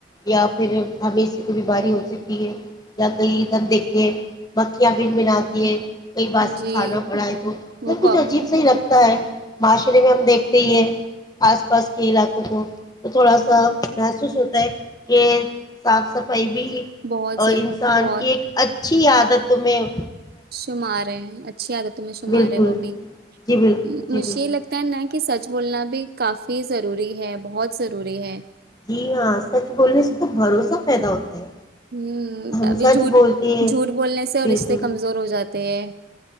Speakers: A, on the left (about 20°); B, on the right (about 50°).
A: یا پھر ہمییں اس سے کوئی بیماری ہو سکتی ہے یا کہیں ادھر دیکھ کے بت <inaudible> مکھیاں بن بھناتی ہے کئی باسی
B: جی
A: کھانا پڑا ہے تو
B: وہ
A: جب کچھ
B: کو-
A: عجیب سا لگتا معاشرے میں ہم دیکھتے ہی ہیں آس پاس کے علاقوں کو تو تھوڑا سا محسوس ہوتا ہے کہ صاف صفائی بھی
B: بہت ضر-
A: انسان
B: بہت
A: کی ایک اچ اچھی آدت تمیں
B: شمار ہے اچھی عادتوں میں شمار
A: بالکل
B: ہے وہ بھی
A: جی بالکل
B: مجھے
A: جی بالکل
B: یہ لگتا ہے ن کہ سچ بولنا بھی کافی ضروری ہے بہت ضروری ہے
A: جی ہاں سچ بولنے سے تو بھروسہ پیدا ہوتا ہے
B: ہ
A: ہم
B: ابھی
A: سچ
B: جھوٹ
A: بولتے ہیں
B: جھوٹ بولنے سے اور
A: بالکل
B: رشتے کمزور ہو جاتے ہیں